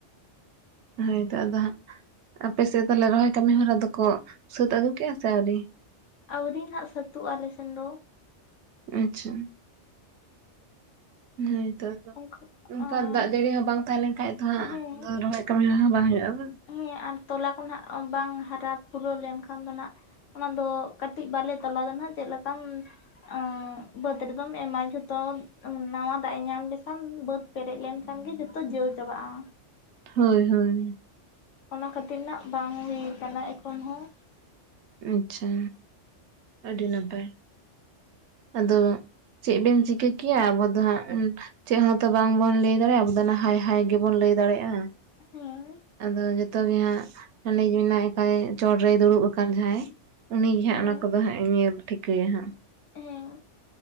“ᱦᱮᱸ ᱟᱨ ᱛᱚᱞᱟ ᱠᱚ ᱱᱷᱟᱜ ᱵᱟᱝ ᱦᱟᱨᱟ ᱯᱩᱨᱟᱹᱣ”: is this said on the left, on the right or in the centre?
Left